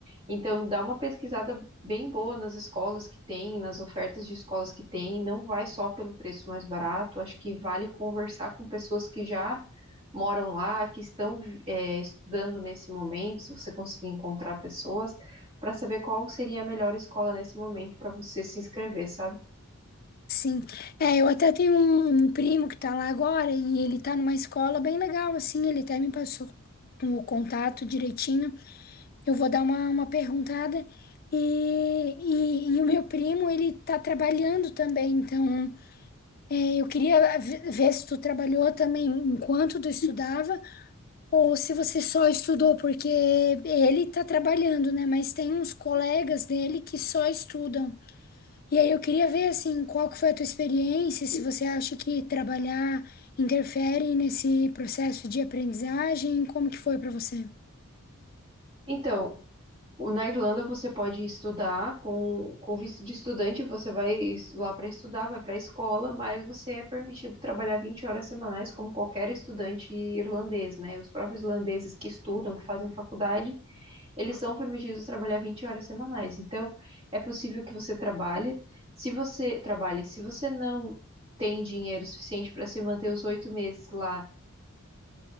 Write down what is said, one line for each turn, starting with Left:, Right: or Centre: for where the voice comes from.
Right: Então, dá uma pesquisada bem boa nas escolas que tem, nas ofertas de escolas que tem, não vai só pelo preço mais barato, acho que vale conversar com pessoas que já moram lá, que estão é, estudando nesse momento, se você conseguir encontrar pessoas, para saber qual seria a melhor escola nesse momento para você se inscrever, sabe?
Left: Sim, é, eu até tenho um, um primo que tá lá agora e ele tá numa escola bem legal, assim, ele até me passou o contato direitinho. Eu vou dar uma, uma perguntada e, e, e o meu primo, ele tá trabalhando também, então é, eu queria ve- ver se tu trabalhou também enquanto tu estudava Ou se você só estudou, porque ele tá trabalhando, né? Mas tem uns colegas dele que só estudam. E aí eu queria ver, assim, qual que foi a tua experiência, se você acha que trabalhar interfere nesse processo de aprendizagem, como que foi para você?
Right: Então, o- na Irlanda você pode estudar com, com visto de estudante, você vai es- lá para estudar, vai para a escola, mas você é permitido trabalhar 20 horas semanais como qualquer estudante irlandês, né? Os próprios irlandeses que estudam, que fazem faculdade, eles são permitidos trabalhar 20 horas semanais. Então, é possível que você trabalhe. Se você trabalhe, se você não tem dinheiro suficiente para se manter os oito meses lá,